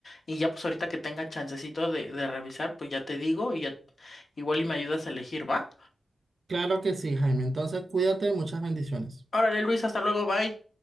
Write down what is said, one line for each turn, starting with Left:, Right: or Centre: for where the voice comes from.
Left: y ya pues ahorita que tenga chancecito de, de revisar, pues ya te digo y ya igual y me ayudas a elegir, ¿va?
Right: Claro que sí, Jaime. Entonces, cuídate, muchas bendiciones.
Left: Órale, Luis, hasta luego, bye.